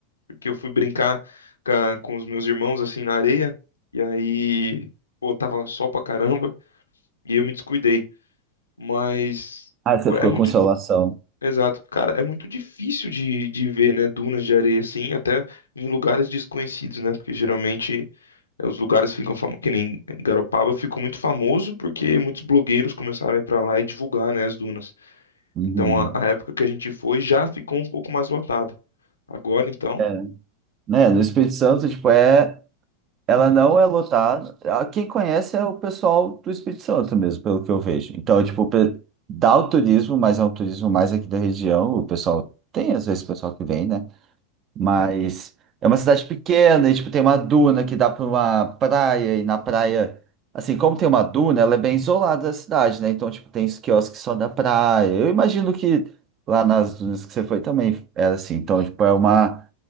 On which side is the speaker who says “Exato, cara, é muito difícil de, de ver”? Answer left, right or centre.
Left